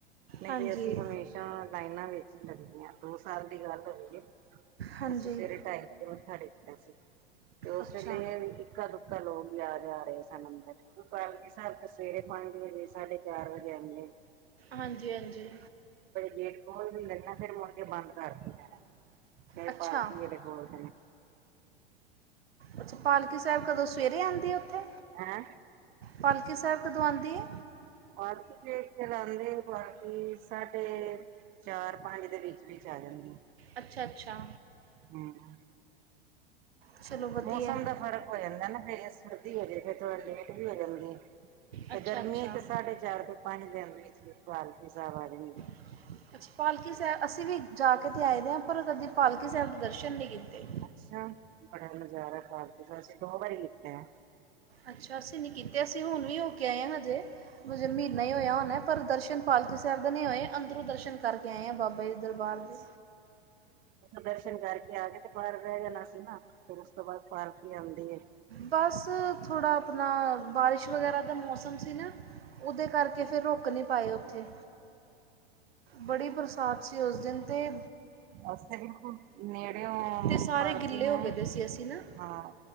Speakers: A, on the right; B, on the right.
A: ਨਹੀਂ
B: ਹਾਂਜੀ
A: ਤੇ ਅਸੀਂ ਹਮੇਸ਼ਾ ਲਾਈਨਾਂ ਵਿੱਚ ਲੱਗਦੀਆਂ ਦੋ ਸਾਲ ਦੀ ਗੱਲ ਹੋਈ ਹੈ।
B: ਹਾਂਜੀ
A: ਅਸੀਂ ਸਵੇਰੇ ਟਾਈਮ ਕੇ ਮੱਥਾ ਟੇਕਣਾ ਸੀ, ਤੇ ਉਸ
B: ਅੱਛਾ
A: ਵੇਲੇ ਇਹ ਵੀ ਇੱਕ ਦੁ ਕਾ ਲੋਂਕ ਵੀ ਆ ਜਾ ਰਹੇ ਸਨ ਅੰਦਰ। ਕਰ ਸਾ ਸਵੇਰੇ ਪੰਜ ਵਜੇ ਸਾਡੇ ਚਾਰ ਵਜੇ ਆਦੇ।
B: ਹਾਂਜੀ-ਹਾਂਜੀ।
A: ਗੇਟ ਖੋਲ ਵੀ ਲੈਂਣਾ ਫਿਰ ਮੁੜ ਕੇ ਬੰਦ ਕਰ ਲੈਣਾ, ਫਿਰ
B: ਅੱਛਾ
A: ਪਾਲਕੀ ਵੇਲੇ ਖੋਲਦੇ ਆ।
B: ਅੱਛਾ ਪਾਲਕੀ ਸਾਹਿਬ ਕਦੋਂ ਸਵੇਰੇ ਆਦੀ ਉੱਥੇ?
A: ਹੈਂ
B: ਪਾਲਕੀ ਸਾਹਿਬ ਕਦੋਂ ਆਉਂਦੀ ਏ?
A: ਪਾਲਕੀ ਦੇਖ ਕੇ ਲਉਦੇ ਬਾਕੀ ਸਾਡੇ ਚਾਰ ਪੰਜ ਦੇ ਵਿੱਚ-ਵਿੱਚ ਆ ਜਾਂਦੀ।
B: ਅੱਛਾ-ਅੱਛਾ।
A: ਹੂੰ-ਹੂੰ।
B: ਚਲੋ ਵਧੀਆ
A: ਮੌਸਮ
B: ਹੈ।
A: ਦਾ ਫ਼ਰਕ ਹੋ ਜਾਂਦਾ ਨਾ ਫਿਰ ਜੇ ਸਰਦੀ ਹੋਜੇ ਫੇਰ ਥੋੜਾ ਲੇਟ ਵੀ ਹੋ ਜਾਂਦੀ ਹੈ। ਤੇ
B: ਅੱਛਾ
A: ਗਰਮੀਆਂ
B: ਅੱਛਾ
A: ਤੇ ਸਾਢੇ ਚਾਰ ਤੇ ਪੰਜ ਦਿਨ ਵਿੱਚ-ਵਿੱਚ ਪਾਲਕੀ ਸਾਬ ਆ ਜਾਂਦੀ।
B: ਅੱਛਾ ਪਾਲਕੀ ਸਾਹਿਬ ਅਸੀਂ ਵੀ ਜਾ ਕੇ ਤਾਂ ਆਏ ਦੇ ਹਾਂ ਪਰ ਕਦੇ ਪਾਲਕੀ ਸਾਹਿਬ ਦੇ ਦਰਸ਼ਨ ਨਹੀਂ ਕੀਤੇ।
A: ਅੱਛਾ ਬੜਾ ਨਜ਼ਾਰਾ ਪਾਲਕੀ ਦਾ ਅਸੀਂ ਦੋ ਵਾਰੀ ਕੀਤੇ ਆ।
B: ਅੱਛਾ ਅਸੀਂ ਨਹੀਂ ਕੀਤੇ ਅਸੀਂ ਹੁਣ ਵੀ ਹੋ ਕੇ ਆਏ ਹਾਂ ਹਜੇ, ਮੁਜੇ ਮਹੀਨਾ ਹੀ ਹੋਇਆ ਹੁਣਾ। ਪਰ ਦਰਸ਼ਨ ਪਾਲਕੀ ਸਾਹਿਬ ਦਾ ਨਹੀਂ ਹੋਇਆ ਅੰਦਰੋਂ ਦਰਸ਼ਨ ਕਰਕੇ ਆਏ ਆ ਬਾਬਾ ਜੀ ਦਰਬਾਰ। ਦੇ
A: <unintelligible> ਉਥ ਦਰਸ਼ਨ ਕਰਕੇ ਆ ਕੇ ਤੇ ਬਾਹਰ ਬਹਿ ਜਾਣਾ ਸੀ ਨਾ ਫਰ ਉਸ ਤੋਂ ਬਾਅਦ ਪਾਲਕੀ ਆਂਦੀ ਏ।
B: ਬਸ ਥੋੜ੍ਹਾ ਆਪਣਾ ਬਾਰਿਸ਼ ਵਗੈਰਾ ਦਾ ਮੌਸਮ ਸੀ ਨਾ। ਉਹਦੇ ਕਰਕੇ ਫਿਰ ਰੁ ਕ ਨਹੀਂ ਪਾਏ ਉੱਥੇ। ਬੜੀ ਬਰਸਾਤ ਸੀ ਉਸ ਦਿਨ ਤੇ।
A: ਅ ਬਿਲਕੁਲ ਨੇੜੇਓ
B: ਅਤੇ ਸਾਰੇ
A: ਪਰਦੀ
B: ਗਿੱਲੇ
A: ਮੈਂ,
B: ਹੋ ਗਏ ਦੇ ਸੀ ਅਸੀਂ ਨਾ
A: ਹਾਂ।